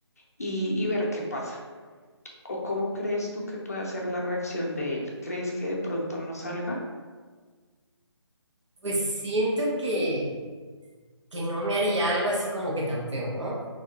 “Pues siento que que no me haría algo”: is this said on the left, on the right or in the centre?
Right